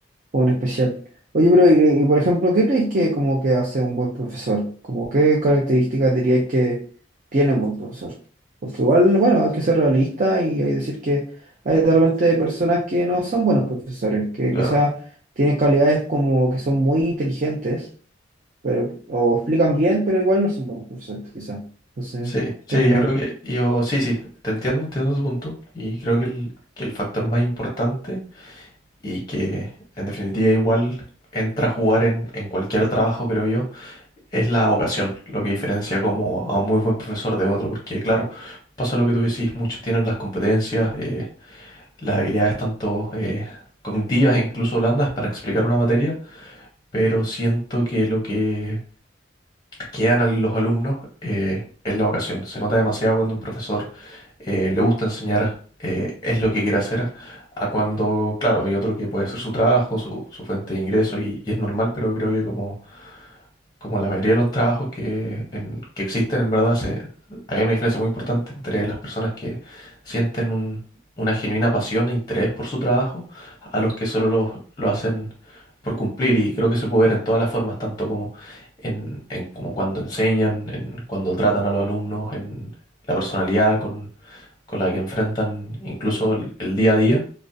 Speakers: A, on the right; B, on the left.
A: o en especial. Oye, pero y, y, por ejemplo, ¿qué crees que como que hace un buen profesor? Como qué características diríais que tiene un buen profesor? Porque igual, bueno, hay que ser realista y hay que decir que hay de repente personas que no son buenos profesores, que
B: claro.
A: quizás tienen calidades como que son muy inteligentes, pero, o explican bien, pero igual no son buenos profesores, quizás. Entonces,
B: Sí, sí,
A: ¿qué opináis?
B: yo creo que yo, sí, sí, te entiendo, entiendo tu punto. Y creo que el, que el factor más importante y que en definitiva igual entra a jugar en, en cualquier trabajo, creo yo, es la vocación, lo que diferencia como a un muy buen profesor de otro. Porque claro, pasa lo que tú decís, muchos tienen las competencias, eh, las habilidades tanto eh, cognitivas e incluso blandas para explicar una materia, pero siento que lo que quedan al- los alumnos eh, en la vocación. Se nota demasiado cuando un profesor eh, le gusta enseñar, eh, es lo que quiere hacer, a cuando, claro, hay otro que puede ser su trabajo, su, su fuente de ingreso y, y es normal, pero creo que como como la mayoría de los trabajos que, en- que existen, en verdad, se, hay una diferencia muy importante entre las personas que sienten un- una genuina pasión e interés por su trabajo a los que solo lo, lo hacen por cumplir. Y creo que se puede ver en todas las formas, tanto como, en, en- como cuando enseñan, en cuando tratan a los alumnos, en la personalidad, con la que enfrentan incluso el, el día a día,